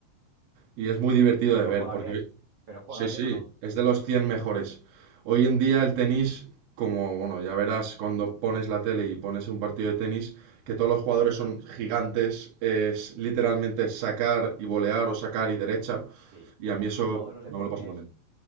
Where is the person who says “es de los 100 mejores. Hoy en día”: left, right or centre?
Right